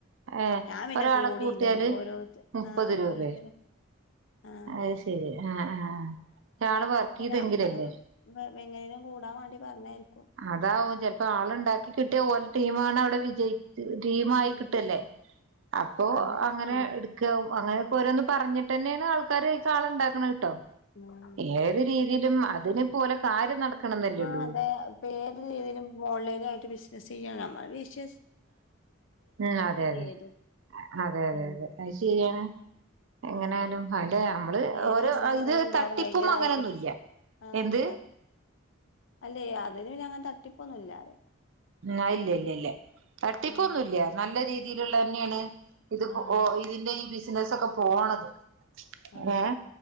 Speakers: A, on the right; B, on the left.
A: ഏ
B: ഞാൻ പിന്നെ
A: ഒരാളെ
B: കൂടിയില്ല
A: കൂട്ടിയാല്
B: ഓരോ
A: മുപ്പത്
B: ആഹ്
A: രൂപെ
B: ഓരോരുത്തര് ആഹ്
A: അയ്ശെരി ആഹ് ആഹ് ഒരാള് വർക്ക്
B: അല്ല
A: ചെയ്തെങ്കിലല്ലേ
B: ഞമ്മള് എ എങ്ങനേലും കൂടാൻ വേണ്ടി പറഞ്ഞായിരി
A: അതാവും ചെല് ഒരാള്ണ്ടാക്കിക്കിട്ടിയാ ഓലെ ടീമാണവടെ വിജയി ച്ച് ടീമായിക്കിട്ടല്ലേ
B: ആഹ്
A: അപ്പോ
B: അതെ
A: അങ്ങനെ
B: ആഹ്
A: എട്ക്കാവും അങ്ങനെക്കെ ഓരോന്ന് പറഞ്ഞിട്ടന്നെയാണ് ആൾക്കാര് അയ്ക്കാളെ ഇണ്ടാക്കിണ് ട്ടോ.
B: ഉം
A: ഏത് രീ ലും അതിന് ഇപ്പോല് കാര്യം നട ക്കണം ന്നല്ലേള്ളൂ
B: ആഹ് അതെ ഇപ്പ ഏത് രീതിയിലും ഓൺലൈനായിട്ട് ബിസിനസ് ചെയ്യാണ് നമ്മള് വിശ്വ
A: ഉം അതെ അതെ
B: ഏതും
A: അതെ അതെ
B: ഉം
A: അതെ അത് ശെരിയാണ്. എങ്ങനായലും
B: ആഹ്
A: അല്ലെ നമ്മള്
B: ഏത്
A: ഓരോ
B: ബിസിനസിനും
A: ഐല്
B: ഉണ്ടാവും
A: തട്ടിപ്പും
B: അതിന്റേതായിട്ട്
A: അങ്ങനൊന്നുല്ല
B: ആഹ്
A: എന്ത്
B: അല്ലേ അതിന് പിന്നങ്ങനെ തട്ടിപ്പൊന്നുല്ലാലേ
A: മ് അയില്യ ഇല്യ ഇല്യ തട്ടിപ്പൊന്നുല്യ
B: ആഹ്
A: നല്ല രീ തീലിള്ള തന്നെയാണ്. ഇത്പ്പോ
B: ആഹ്
A: ഓ ഇതിന്റെ ഈ ബിസ് നെസൊക്കെപോണത്.
B: ആഹ്
A: ഏ